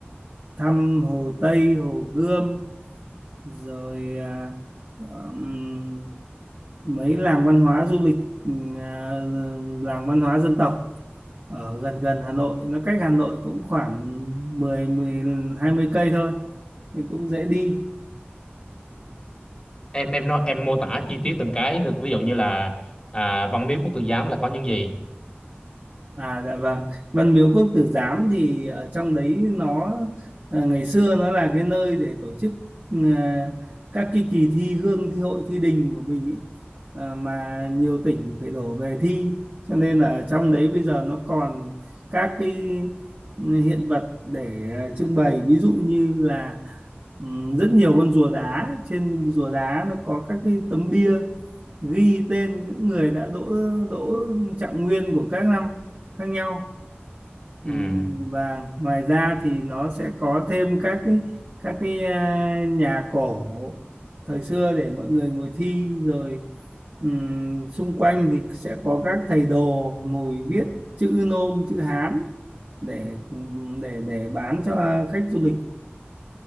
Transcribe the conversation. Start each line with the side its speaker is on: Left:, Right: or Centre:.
Right: thăm Hồ Tây Hồ Gươm rồi à, ừm, mấy làng văn hóa du lịch ừm, à, làng văn hóa dân tộc ở gần gần Hà Nội nó cách Hà Nội cũng khoảng mười mười hai mươi cây thôi thì cũng dễ đi
Left: Em em nói em mô tả chi tiết từng cái được ví dụ như là à, Văn Miếu Quốc Tử Giám là có những gì?
Right: À dạ vâng, Văn Miếu Quốc Tử Giám thì ở trong đấy nó ờ, ngày xưa nó là cái nơi để tổ chức ờ, các cái kỳ thi hương thi hội thi đình của mình ý. Ờ, mà nhiều tỉnh phải đổ về thi cho nên là ở trong đấy bây giờ nó còn các cái ừ, hiện vật để ờ, trưng bày ví dụ như là ừm, rất nhiều con rùa đá trên rùa đá nó có các cái tấm bia ghi tên những người đã đỗ đỗ trạng nguyên của các năm khác nhau Ừm,
Left: Ừ.
Right: và ngoài ra thì nó sẽ có thêm các cái các cái à, nhà cổ thời xưa để mọi người ngồi thi rồi ừm, xung quanh thì sẽ có các thầy đồ ngồi viết chữ nôm chữ Hán để để để bán cho khách du lịch